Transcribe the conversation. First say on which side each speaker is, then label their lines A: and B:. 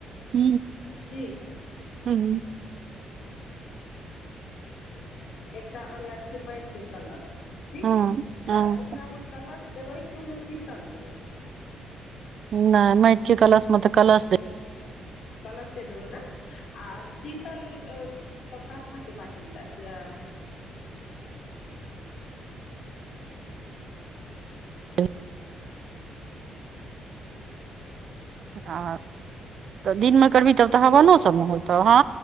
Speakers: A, on the right (about 55°); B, on the left (about 70°).
A: ह
B: ठीक
A: हुं
B: एकटा अनला छै। माटि के कलश ठीक
A: हँ हँ
B: तऽ ओकरामे कलश देबै कि ओहिमे शीतल देबै
A: नहि नहि इतके कलास म तऽ कलस दे
B: कलशे देबै ने आ शीतल तब कसथा के बाटीमे दए दिअ <unintelligible>
A: ह ह तऽ दिनमे करबही तब तऽ
B: हेलो
A: हवनो सब ने होतौ हँ